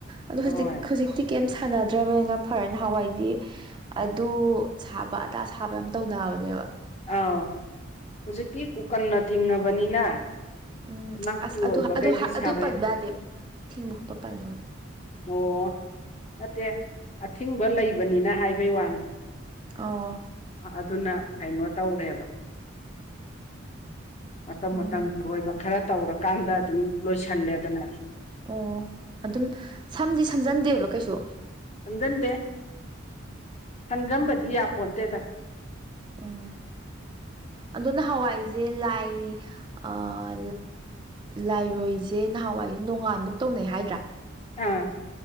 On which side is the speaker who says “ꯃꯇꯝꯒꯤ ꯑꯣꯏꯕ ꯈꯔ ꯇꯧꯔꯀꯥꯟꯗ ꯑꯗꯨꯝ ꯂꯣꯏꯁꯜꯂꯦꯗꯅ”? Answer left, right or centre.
Left